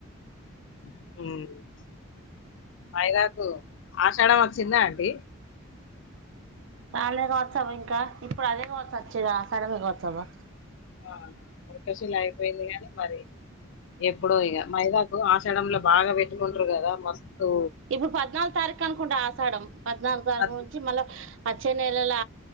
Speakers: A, on the left; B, on the right.
A: <unintelligible> మైదాకు ఆషాడం వచ్చిందా ఆండి
B: రాలే కావచ్చవ్వ ఇంకా ఇప్పుడు అదే కావచ్చు వచ్చేది ఆషాఢమే కావచ్చవా
A: ఆ మృగశిల అయిపోయిందిగాని మరి ఎప్పుడో ఇగ మైదాకు ఆషాడంలో బాగా పెట్టుకుంట్రు కదా మస్తు
B: ఇప్పుడు పద్నాలుగు తారీఖు అనుకుంట ఆషాఢం పద్నాలుగు తారీఖు
A: పద్-
B: నుంచి మళ్ళ వచ్చే నెలల